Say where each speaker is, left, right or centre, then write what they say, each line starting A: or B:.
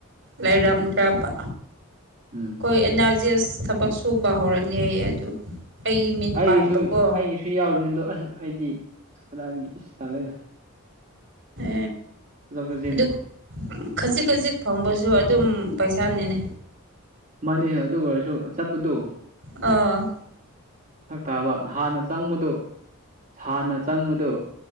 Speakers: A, on the right; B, on the right.
A: ꯂꯩꯔꯝꯗ꯭ꯔꯕ
B: ꯎꯝ
A: ꯍꯣꯏ ꯑꯦꯅꯥꯖꯤꯦꯁ ꯊꯕꯛ ꯁꯨꯕ ꯍꯧꯔꯅꯤ ꯑꯩ ꯑꯗꯨ ꯑꯩꯒꯤ ꯃꯤꯡ
B: ꯑꯩꯒꯤꯁꯨ
A: ꯄꯥꯟꯕꯀꯣ
B: ꯑꯩꯒꯤꯁꯨ ꯌꯥꯎꯔꯤꯅꯤ ꯑꯗꯣ ꯑꯁ ꯑꯩꯗꯤ ꯀꯗꯥꯏ ꯏꯁ ꯇꯜꯂꯗꯦꯗ
A: ꯑ
B: ꯆꯠꯊꯣꯛ ꯆꯠꯁꯤꯟ
A: ꯑꯗꯨ ꯈꯖꯤꯛ ꯈꯖꯤꯛ ꯐꯪꯕꯁꯨ ꯑꯗꯨꯝ ꯄꯩꯁꯥꯅꯤꯅꯦ
B: ꯃꯥꯅꯦ ꯑꯗꯨ ꯑꯣꯏꯔꯁꯨ ꯆꯠꯄꯗꯨꯣ
A: ꯑꯣ
B: ꯐꯔꯛ ꯇꯥꯕ ꯍꯥꯟꯅ ꯆꯪꯕꯗꯨ ꯍꯥꯟꯅ ꯆꯪꯕꯗꯨ